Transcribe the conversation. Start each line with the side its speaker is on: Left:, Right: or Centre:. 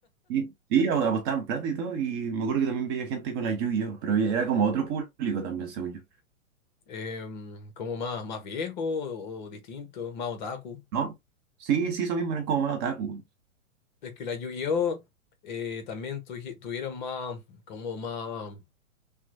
Right: sí, sí, ap- apostaban plata y todo, y me acuerdo que también veía gente con la Yu-Gi-Oh, pero era como otro público también, según yo.
Left: em, como más, más viejo o, o distinto, más otaku.
Right: ¿No? Sí, sí, eso mismo, eran como más otaku.
Left: Es que la Yu-Gi-Oh! eh, también tuji- tuvieron más, como más,